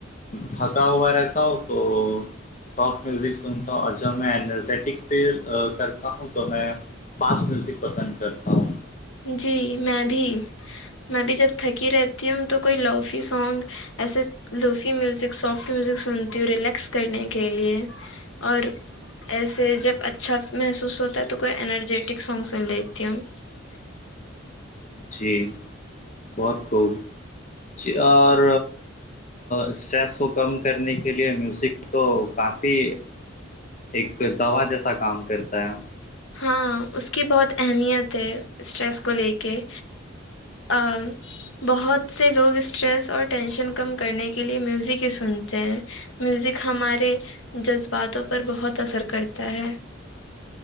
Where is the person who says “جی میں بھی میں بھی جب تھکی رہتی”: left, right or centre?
Left